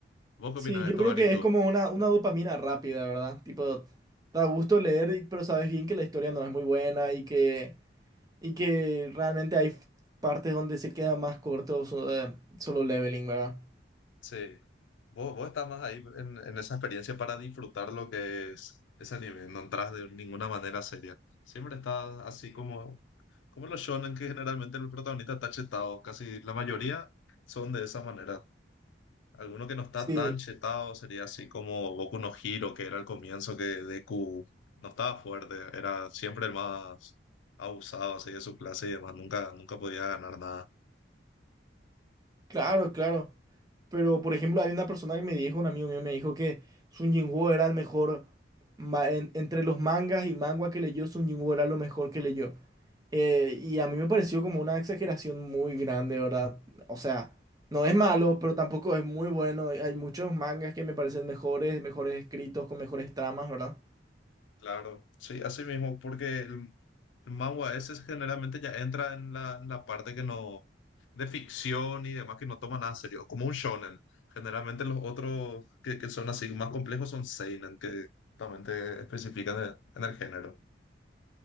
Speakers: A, on the left; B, on the right.
A: ¿Vos qué
B: Sí,
A: opinas de
B: yo
A: esto,
B: creo
A: Gary,
B: que
A: tú?
B: es como una, una dopamina rápida, ¿verdad? Tipo, da gusto leer, y- pero sabes bien que la historia no es muy buena y que, y que realmente hay partes donde se queda más corto so- eh, Solo Leveling, ¿verdad?
A: Sí. Vos, vos estás más ahí en, en esa experiencia para disfrutar lo que es ese anime, no entras de ninguna manera seria. Siempre estás así como, como los shonen, que generalmente el protagonista está chetado, casi la mayoría son de esa manera. Alguno que no está
B: Sí,
A: tan chetado sería así como Boku no Hero, que era el comienzo que Deku no estaba fuerte, era siempre el más abusado así de su clase y demás, nunca, nunca podía ganar nada.
B: claro, claro. Pero, por ejemplo, hay una persona que me dijo, un amigo mío me dijo que Sun Jinwoo era el mejor, ma- en- entre los mangas y manga que leyó, Sun Jinwoo era lo mejor que leyó. Eh, y a mí me pareció como una exageración muy grande, ¿verdad? O sea, no es malo, pero tampoco es muy bueno. Hay muchos mangas que me parecen mejores, mejores escritos, con mejores tramas, ¿verdad?
A: Claro, sí, así mismo, porque el, el manga ese generalmente ya entra en la, en la parte que no, de ficción y demás, que no toma nada serio, como un shonen. Generalmente los otros que, que son así más complejos son seinen, que también te especifican en, en el género.